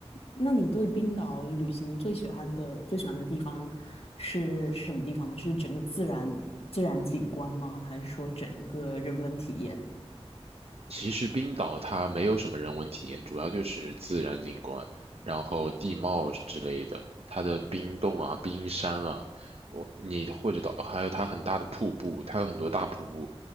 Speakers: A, on the left; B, on the right.
A: 那你对冰岛旅行最喜欢的最喜欢的地方是是什么地方呢？是整个自然自然景观吗？还是说整一个人文体验？
B: 其实冰岛它没有什么人文体验，主要就是自然景观，然后地貌之类的，它的冰洞啊、冰山啊，我你或者到还有它很大的瀑布，它有很多大瀑布，